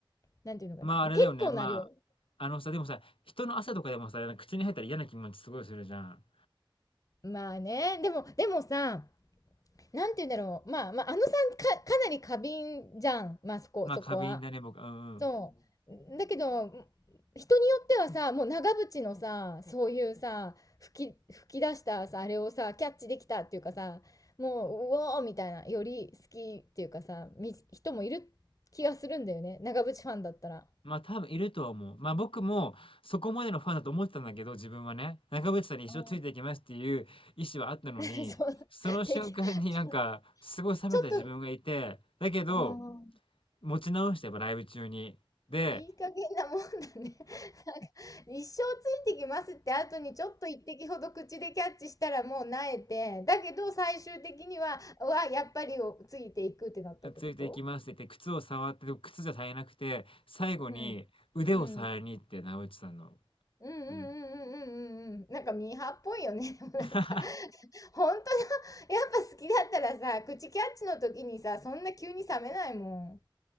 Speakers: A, on the left; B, on the left.
A: なんていうのかな。
B: まああれだよね、
A: もう結構な量。
B: まあ、あのさ、でもさ、人の汗とかでもさ、口に入ったら嫌な気持ちすごいするじゃん。
A: まあね。でも、でもさ、なんて言うんだろう。まあ、まあ、あのさんか、かなり過敏じゃん。まあ、そこ、
B: まあ過敏だね、
A: そこは。
B: 僕。うんうん。
A: そう。だけど、人によってはさ、もう長渕のさ、そういうさ、吹き、吹き出したさ、あれをさ、キャッチできたっていうかさ、もう、うおーみたいな、より好きっていうかさ、み、人もいる気がするんだよね。長渕ファンだったら。
B: まあ多分いるとは思う。まあ僕もそこまでのファンだと思ってたんだけど、自分はね、中渕さんに一生ついていきますっていう意思はあったのに、
A: <laughs> ああ、<laughs> そう、
B: その瞬間になんか、
A: てき、そう
B: すごい冷めた自分がいて、
A: ちょっと、
B: だけど、
A: ああ。
B: 持ち直してやっぱライブ中に。で、
A: いい加減なもんだね。なんか、一生ついてきますって後にちょっと一滴ほど口でキャッチしたらもう萎えて、だけど最終的には、うわ、やっぱりをついていくってなったってこと
B: ついていきますって言って、靴を触って、でも靴じゃ足りなくて、最後に腕を触りに行って、
A: うん。うん。
B: 中渕さんの。
A: うんうんうんうんうんうんうん。
B: うん。
A: なんかミーハーっぽいよね。でもなんか、
B: <laughs>
A: 本当の、やっぱ好きだったらさ、口キャッチの時にさ、そんな急に冷めないもん。